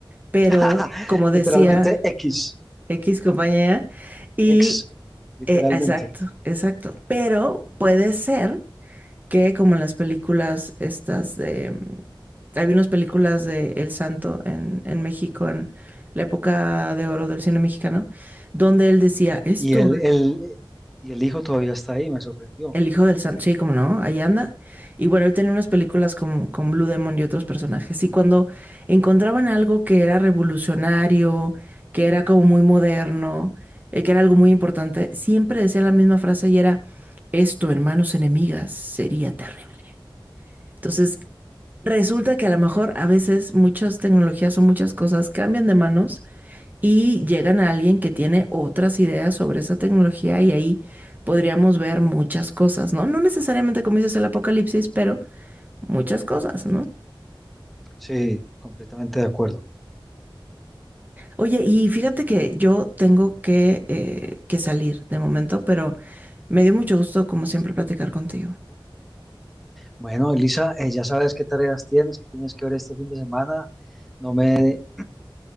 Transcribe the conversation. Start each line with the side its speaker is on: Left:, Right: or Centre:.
Right: pero
Centre: <laughs>
Right: como
Centre: Literalmente
Right: decía
Centre: X.
Right: X compañía, y
Centre: ex, literalmente.
Right: eh, exacto, exacto, pero puede ser que como en las películas estas de... Había unas películas de El Santo en, en México, en la época de oro del cine mexicano, donde él decía, esto,
Centre: Y el, el, y el hijo todavía está ahí, me sorprendió.
Right: el hijo del Santo, sí, como no, ahí anda. Y bueno, él tenía unas películas con, con Blue Demon y otros personajes. Y cuando encontraban algo que era revolucionario, que era como muy moderno, eh, que era algo muy importante, siempre decía la misma frase y era, esto, hermanos enemigas, sería terrible. Entonces, Resulta que a lo mejor a veces muchas tecnologías o muchas cosas cambian de manos y llegan a alguien que tiene otras ideas sobre esa tecnología y ahí podríamos ver muchas cosas, ¿no? No necesariamente como dices el apocalipsis, pero muchas cosas, ¿no?
Centre: Sí, completamente de acuerdo.
Right: Oye, y fíjate que yo tengo que, eh, que salir de momento, pero me dio mucho gusto, como siempre, platicar contigo.
Centre: Bueno, Elisa, eh, ya sabes qué tareas tienes, qué tienes que ver este fin de semana. No me,